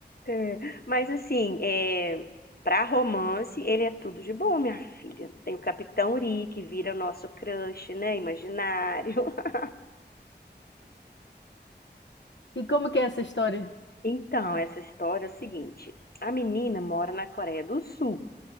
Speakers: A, on the left; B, on the left.
A: É, mas assim, é, para romance, ele é tudo de bom, minha filha. Tem o Capitão Uri, que vira o nosso crush, né? Imaginário. <laughs>
B: E como que é essa história?
A: Então, essa história é o seguinte: a menina mora na Coreia do Sul.